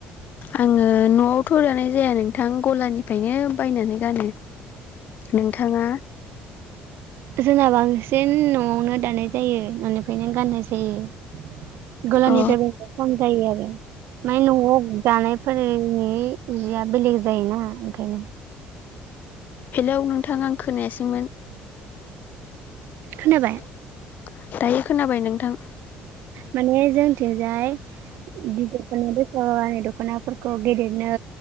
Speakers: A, on the left (about 50°); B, on the right (about 70°).
A: आङो न'आव थ' दानाय जाया नोंथां गलानिफ्रायनो बायनानै गानो। नोंथाङा
B: जोंहा बांसिन न'आवनो दानाय जायो न'निफ्रायनो गाननाय जायो। गलानिफ्राय
A: अ
B: बायनाय खम जायो आरो। माय न'आव दानायफोरनि जिया बेलेग जायोना ओंखायनो।
A: हेलौ नोंथां आं खोनायासैमोन। <inaudible>
B: खोनाबाय
A: दायो खोनाबाय नोंथां।
B: माने जों थिंजाय इदि दखना <unintelligible> दखनाफोरखौ गेदेरनो